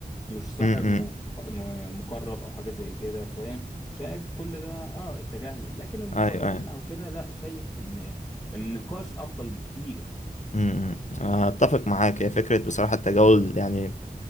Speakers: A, on the left; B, on the left.
A: مش صاحب
B: امم
A: مق- م- مقرب او حاجه زي كده فاهم شايف كل ده اه التجاهل لكن المقربين
B: ايوه ايوه
A: او كده لا شايف ان النقاش افضل بكتير
B: امم اتفق معاك هي فكرة بصراحة التجاهل يعني